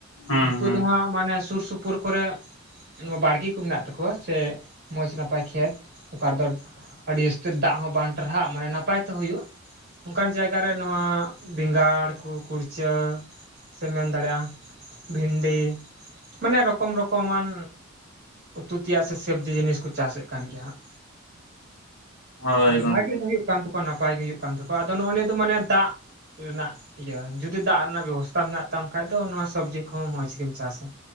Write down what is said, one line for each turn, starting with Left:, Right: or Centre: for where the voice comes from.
Left: ᱦᱩᱸ
Right: ᱩᱱᱠᱩ
Left: ᱦᱩᱸ
Right: ᱫᱚ ᱦᱟᱸᱜ ᱢᱟᱱᱮ ᱥᱩᱨ ᱥᱩᱯᱩᱨ ᱠᱚᱨᱮ ᱱᱚᱣᱟ ᱵᱟᱲᱜᱮ ᱠᱚ ᱢᱮᱱᱟᱜ ᱛᱟᱠᱚᱣᱟ ᱥᱮ ᱢᱚᱡᱽ ᱱᱟᱯᱟᱭ ᱠᱷᱮᱛ ᱚᱠᱟ ᱨᱮᱫᱚ, ᱟᱹᱰᱤ ᱡᱟᱹᱥᱛᱤ ᱫᱟᱜ ᱦᱚᱸ ᱵᱟᱝ ᱴᱟᱨᱦᱟᱜ ᱢᱟᱱᱮ ᱱᱟᱯᱟᱭ ᱛᱮ ᱦᱩᱭᱩᱜ, ᱚᱱᱠᱟᱱ ᱡᱟᱭᱜᱟᱨᱮ ᱱᱚᱣᱟ ᱵᱮᱸᱜᱟᱲ ᱠᱚ ᱠᱩᱲᱪᱟᱹ, ᱥᱮᱢ ᱢᱮᱱ ᱫᱟᱲᱮᱭᱟᱜ-ᱟ ᱵᱷᱤᱱᱰᱤ ᱢᱟᱱᱮ ᱨᱚᱠᱚᱢ ᱨᱚᱠᱚᱢᱟᱱ ᱩᱛᱩ ᱛᱮᱭᱟᱜ ᱥᱮ ᱥᱚᱵᱽᱡᱤ ᱡᱤᱱᱤᱥ ᱠᱚ ᱪᱟᱥᱮᱫ ᱠᱟᱱ ᱜᱮᱭᱟ ᱦᱟᱸᱜ᱾
Left: ᱦᱳᱭ
Right: ᱟᱫᱚ
Left: ᱜᱚᱝᱠᱮ
Right: ᱵᱷᱟᱜᱤ ᱜᱮ ᱦᱩᱭᱩᱜ ᱠᱟᱱ ᱛᱟᱠᱚᱣᱟ ᱱᱟᱯᱟᱭ ᱜᱮ ᱦᱩᱭᱩᱜ ᱠᱟᱱ ᱛᱟᱠᱚᱣᱟ ᱟᱫᱚ ᱱᱚᱜ-ᱚᱭ ᱱᱤᱭᱟᱹ ᱫᱚ ᱢᱟᱱᱮ ᱫᱟᱜ ᱨᱮᱱᱟᱜ ᱤᱭᱟᱹ ᱡᱩᱫᱤ ᱫᱟᱜ ᱨᱮᱱᱟᱜ ᱵᱮᱵᱚᱥᱛᱟ ᱢᱮᱱᱟᱜ ᱛᱟᱢ ᱠᱷᱟᱡ ᱫᱚ ᱱᱚᱣᱟ ᱥᱚᱵᱽᱡᱤ ᱠᱚᱦᱚᱸ ᱢᱚᱸᱡᱽ ᱜᱮᱢ ᱪᱟᱥᱟ᱾